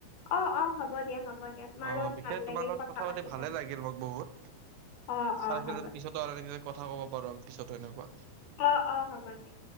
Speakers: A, on the left; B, on the right.
A: অ অ হ'ব দিয়া হ'ব দিয়া তোমাৰ
B: আহ
A: লগত
B: বিশেষ
A: ভাল লাগিল
B: তোমাৰ লগত কথা পাতি ভালে
A: কেনে।
B: লাগিল মোক বহুত।
A: অ
B: চাৰে
A: অ হ'ব
B: পিত আৰু এনে কব পাৰো আমি পিছতো এনেকুৱা।
A: অ', অ', হ'ব দিয়া।